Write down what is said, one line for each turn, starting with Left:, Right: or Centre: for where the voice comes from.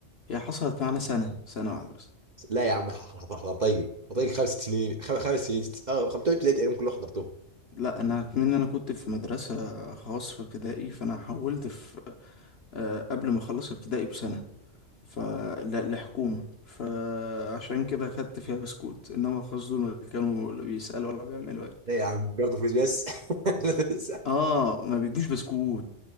Left: هي حصلت معانا سنة سنة واحدة بس
Right: لا يا عم حضرتيجي حضرتيجي خمس سنين خم- خمس سنين ست- اه خمسة ثلاث تقريبا كلهم حضرتهم
Left: لا انا كمان انا كنت في مدرسة خاص في ابتدائي فانا حولت في آه، قبل ما اخلص ابتدائي بسنة فالحكومة فعشان كده خدت فيها بسكوت انما الخاص دول ما كانوا لا بيسألوا ولا بيعملوا يعني
Right: لا يا عم برضه فلوس بس <laughs>
Left: اه ما بيدوش بسكوت